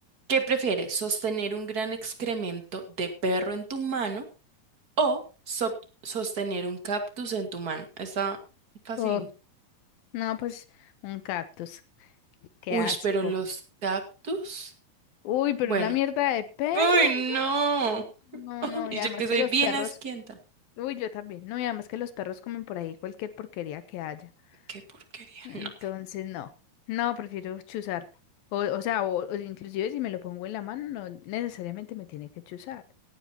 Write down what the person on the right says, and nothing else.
¿qué prefieres? ¿Sostener un gran excremento de perro en tu mano o so- sostener un cactus en tu mano? Está fácil.
Uy,
pero los cactus.
Bueno.
Uy,
no.
<laughs>
Y
yo que soy
bien
asquienta.
Qué porquería.
No.